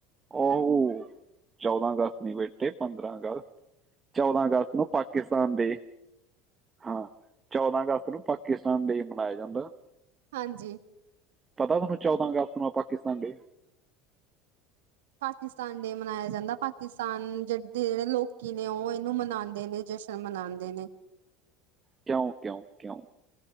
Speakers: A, on the right (about 25°); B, on the right (about 85°).
A: ਉਹ, ਚੌਦਾਂ ਅਗਸਤ ਨ ਬੇਟੇ ਪੰਦਰਾਂ ਅਗਸਤ, ਚੌਦਾਂ ਅਗਸਤ ਨੂੰ ਪਾਕਿਸਤਾਨ ਦੇ ਹਾਂ ਚੌਦਾਂ ਅਗਸਤ ਨੂੰ, ਪਾਕਿਸਤਾਨ ਡੇ ਮਨਾਇਆ ਜਾਂਦਾ।
B: ਹਾਂਜੀ।
A: ਪਤਾ ਤੁਹਾਨੂੰ, ਚੌਦਾਂ ਅਗਸਤ ਨੂੰ ਆ ਪਾਕਿਸਤਾਨ ਡੇ?
B: ਪਾਕਿਸਤਾਨ ਡੇ ਮਨਾਇਆ ਜਾਂਦਾ। ਪਾਕਿਸਤਾਨ 'ਜ ਦੇ ਜਿਹੜੇ ਲੋਕੀ ਨੇ, ਉਹ ਇਹਨੂੰ ਮਨਾਉਂਦੇ ਨੇ। ਜਸ਼ਨ ਮਨਾਉਂਦੇ ਨੇ।
A: ਕਿਉਂ, ਕਿਉਂ, ਕਿਉਂ?